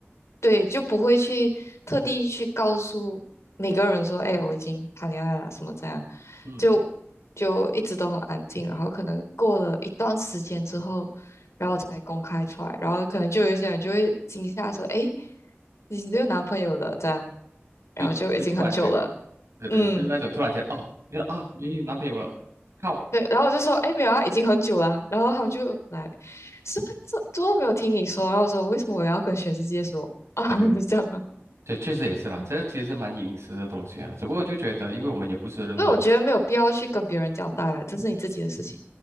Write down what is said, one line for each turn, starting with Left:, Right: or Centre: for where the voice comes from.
Left: 对，就不会去特地去告诉每个人说，哎，我已经谈恋爱了，什么这样，
Right: 嗯，
Left: 就就一直都很安静，然后可能过了一段时间之后，然后才公开出来，然后可能就有一些人就会惊吓说，哎，你有男朋友的这样，
Right: 就就突然间，
Left: 然后就已经很久了，
Right: 对对，
Left: 嗯。
Right: 就是那种突然间，哦，原来啊，你有男朋友了，靠，
Left: 对，然后我就说，哎，没有啊，已经很久了啊。然后他们就来，是是，怎么没有听你说？然后我说，为什么我要跟全世界说啊？
Right: 对
Left: <laughs> 你是这样啊
Right: 对，确实也是啦，
Left: 嗯。
Right: 这个其实蛮隐私的东西啊，只不过就觉得，因为我们也不是任何。
Left: 所以我觉得没有必要去跟别人交代啊，这是你自己的事情。